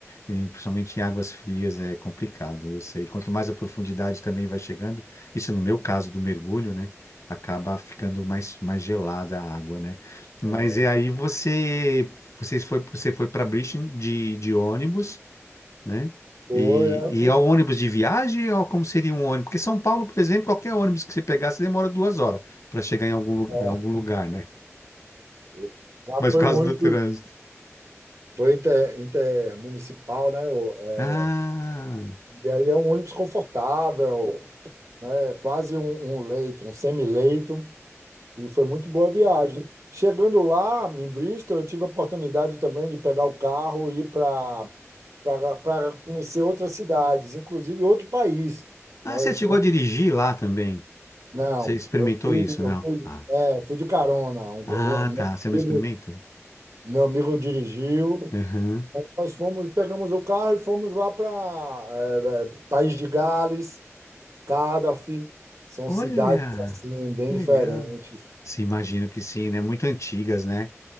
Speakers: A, on the left; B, on the right.
A: e principalmente em águas frias, é complicado, eu sei. Quanto mais a profundidade também vai chegando, isso no meu caso do mergulho, né? Acaba ficando mais, mais gelada a água, né? Mas
B: É,
A: e aí você, você foi, você foi para Brisbane de, de ônibus, né?
B: Foi,
A: E,
B: aí eu fui.
A: e é o ônibus de viagem ou como seria um ônibus? Porque São Paulo, por exemplo, qualquer ônibus que você pegasse demora duas horas para chegar em algum, lu-
B: é,
A: em algum lugar, né?
B: <laughs> lá
A: Mas
B: foi
A: por causa
B: o ônibus,
A: do trânsito.
B: foi inter, intermunicipal, né? o- é,
A: Ah.
B: E aí é um ônibus confortável, né? Quase um, um leito, um semileito. E foi muito boa a viagem. Chegando lá, em Bristol, eu tive a oportunidade também de pegar o carro e ir para para conhecer outras cidades, inclusive outro país.
A: Ah,
B: Não,
A: você
B: eu
A: chegou
B: fui,
A: a dirigir lá também?
B: não,
A: Você experimentou
B: eu fui,
A: isso,
B: eu
A: não?
B: fui,
A: Ah.
B: é, fui de carona. Um-
A: Ah,
B: um- meu
A: tá, você não
B: amigo,
A: experimentou?
B: meu amigo dirigiu.
A: Aham.
B: Nós fomos, pegamos o carro e fomos lá para País de Gales, Cardiff. São
A: Olha,
B: cidades assim bem
A: que
B: diferentes.
A: legal. Sim, imagino que sim, né? Muito antigas, né?